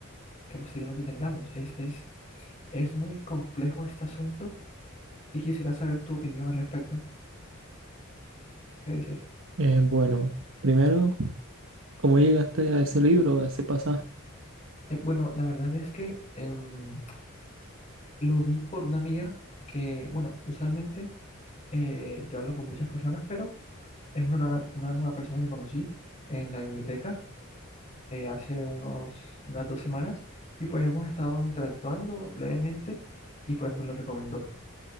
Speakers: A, on the left (about 35°); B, on the right (about 65°).
A: que posiblemente tengamos. Es, es es muy complejo este asunto y quisiera saber tu opinión al respecto. ¿Qué dices?
B: Eh, bueno, primero, ¿cómo llegaste a ese libro, a ese pasaje?
A: Eh, bueno, la verdad es que em, lo vi por una amiga que, bueno, usualmente eh, yo hablo con muchas personas, pero es una, nueva- una nueva persona que conocí en la biblioteca eh, hace unos, unas dos semanas y pues hemos estado interactuando levemente y pues me lo recomendó.